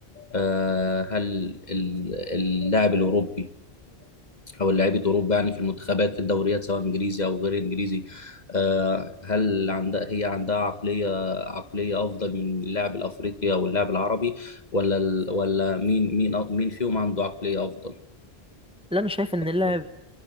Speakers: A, on the left; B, in the centre.
A: آه، هل ال- اللاعب الاوروبي او لعيبه اوروبا يعني في المنتخبات في الدوريات سواء انجليزي او غير انجليزي آه، هل عندها هي عندها عقليه عقليه افضل من اللاعب الافريقي او اللاعب العربي ولا ال- ولا مين مين مين فيهم عنده عقليه افضل
B: لا انا شايف ان اللاعب
A: في